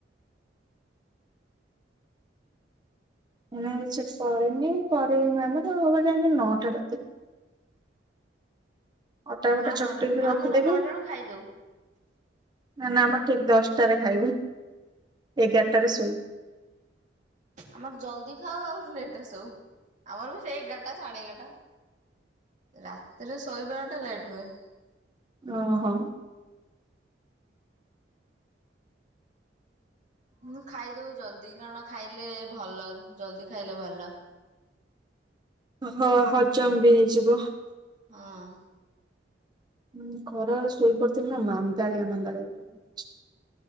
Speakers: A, on the right (about 25°); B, on the right (about 40°).
A: ଏଇନା କିଛି କରିନି କରିବି ମାନେ ସେ ହବ ଯାଇଁକି ନଅ ଟାରେ। ଅଟା ଫଟା
B: ଆମର
A: ଚକଟିକି
B: ବି
A: ରଖିଦେବି।
B: ଆମର ନଅଟା ବେଳୁ ଖାଇଦଉ
A: ନା ନା ଆମର ଠିକ୍ ଦଶଟାରେ ଖାଇବୁ ଏଗାରଟାରେ ଶୋଇବୁ।
B: ଆମର ଜଲ୍ଦି ଖାଉ ଆଉ ଲେଟ୍ ରେ ସୋଉ ଆମର ବି ସେଇ ଏଗାର ଟା ସାଢ଼େ ଏଗାରଟା ରାତିରେ ଶୋଇବାଟା ଲେଟ୍ ହୁଏ।
A: ଓହୋ।
B: ମୁଁ ଖାଇଦଉ ଜଲ୍ଦି କାରଣ ଖାଇଲେ ଭଲ ଜଲଦି ଖାଇଲେ ଭଲ।
A: ହଁ ହଜମ୍ ବି ହେଇଯିବ।
B: ହଁ।
A: ହୁଁ ଖରାବେଳେ ଶୋଇ ପଡିଥିଲି ନା ମାନ୍ଦାଳିଆ ମାନ୍ଦାଳିଆ ଏବେ ତ ହଉଛି।